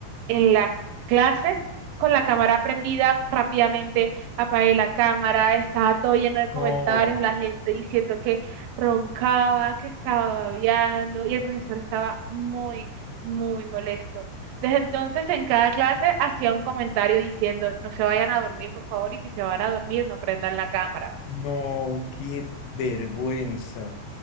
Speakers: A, on the right; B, on the left.
A: en la clase con la cámara prendida, rápidamente apagué la cámara, estaba todo lleno de comentarios,
B: No,
A: la gente diciendo que roncaba, que estaba babeando y el profesor estaba muy, muy molesto. Desde entonces en cada clase hacía un comentario diciendo, no se vayan a dormir, por favor, y si se van a dormir, no prendan la cámara.
B: No, qué vergüenza.